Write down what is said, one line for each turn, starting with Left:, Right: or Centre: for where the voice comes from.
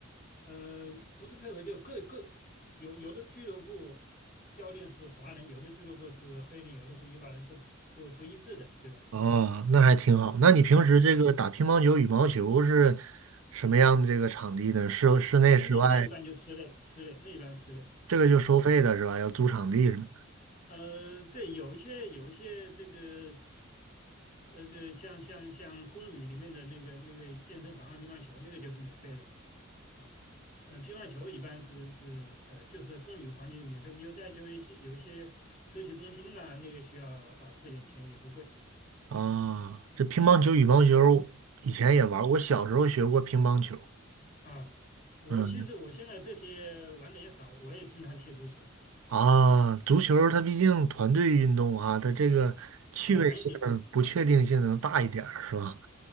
Left: 呃，不是配合，就各各有有的俱乐部教练是华人，有的俱乐部是黑人，有的是伊巴人，是不不一致的，对吧？
Right: 哦，那还挺好。那你平时这个打乒乓球、
Left: 嗯，
Right: 羽毛球是什么样的这个场地呢？室室内、
Left: 呃，
Right: 室外，
Left: 那那一般就室内，室内那一般室内，
Right: 这个就收费的是吧？
Left: 对，
Right: 要租场地什么的。
Left: 呃，对，有一些有一些这个，那个像像像公寓里面的那个那个健身房啊乒乓球那个就是免费的了。啊，嗯，乒乓球一般是是呃，就是公寓环境免费。你有在有一些有一些社区中心呐、那个需要啊付一点钱，也不贵
Right: 啊，这乒乓球、羽毛球以前也玩儿我小时候学过乒乓球。
Left: 啊。我其实我现在这些玩的也少，
Right: 嗯，
Left: 我也经常踢足球，
Right: 啊，足球它毕竟团队运动啊，它这个趣味性、
Left: 好玩一点。
Right: 不确定性能大一点儿是吧？